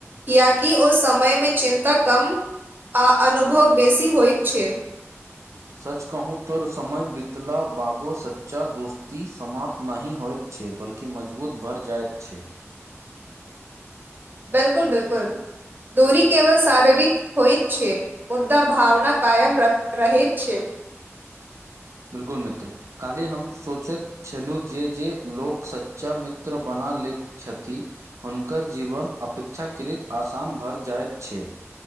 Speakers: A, on the right; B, on the right.
A: कियाकि ओ समयमे चिन्ता कम आ अनुभव बेसी होइत छै।
B: सच कहूँ तऽर समय बितला बादो सच्चा दोस्ती समाप्त नहि होइत छै बल्कि मजबूत भऽर जाइत छै।
A: बिल्कुल बिल्कुल, दूरी केवल शारीरिक होईत छै मुद्दा भावना कायम रह रहैत छै।
B: बिल्कुल मित्र काल्हि हम सोचैत छलहुँ जे जे लोक सच्चा मित्र बना लैत छैथि हुनकर जीवन अपेक्षाकृत आसान भरि जाइत छै।